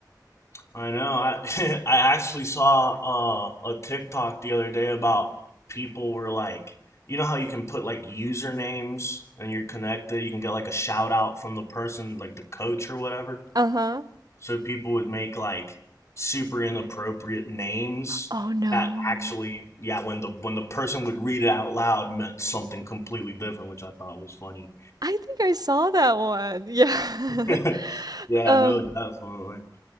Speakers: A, on the left; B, on the right.
A: I know. I <laughs> I actually saw uh, a TikTok the other day about people were like, you know how you can put like usernames and you're connected, you can get like a shout out from the person, like the coach or whatever.
B: Uh-huh.
A: So people would make like super inappropriate names
B: Oh no.
A: that actually, yeah, when the when the person would read it out loud meant something completely different, which I thought was funny.
B: I think I saw that one. Yeah.
A: <laughs>
B: <laughs>
A: yeah,
B: Um
A: no, definitely.